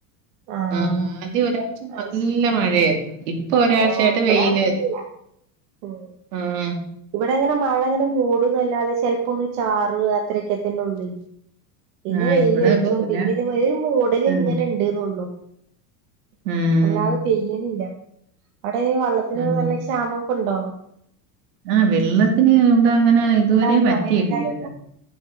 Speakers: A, on the right; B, on the right.
A: ആഹ്
B: ആ ആദ്യം ഒരാഴ്ച
A: അത്
B: നല്ല
A: ശ
B: മഴയായിരുന്നു ഇപ്പൊ ഒരാഴ്ചായിട്ട്
A: ഓ ഇവിടെ
B: വെയില്
A: അങ്ങനെല്ല
B: വരും
A: ഉം
B: ആഹ്
A: ഇവിടെ ഇങ്ങനെ മഴ അങ്ങനെ മൂടുന്നല്ലാതെ ചിലപ്പോ ഒന്ന് ചാറു അത്രയൊക്കെ തന്നെ ഉള്ളൂ പിന്നെ
B: ആഹ്
A: വെയിലിയറച്ചു
B: ഇവിടെ ഇപ്പൊ ഒരാ
A: പിന്നെ ഇതമാതി ഒരു മൂടല
B: ഉം
A: ഇങ്ങനെ ഉണ്ട്ന്നള്ളു
B: ഉം
A: അല്ലാതെ പെയ്യിണില്ല അവിടെ വെള്ളത്തിനൊക്ക
B: ഉം
A: നല്ല ക്ഷാമൊക്കെ ഉണ്ടോ
B: ആഹ് വെള്ളത്തിന് ഇവിടങ്ങനെ ഇതുവരെ
A: ഉണ്ടായിന്നോ
B: വറ്റിയിട്ടില്ല
A: വേനലായിട്ട്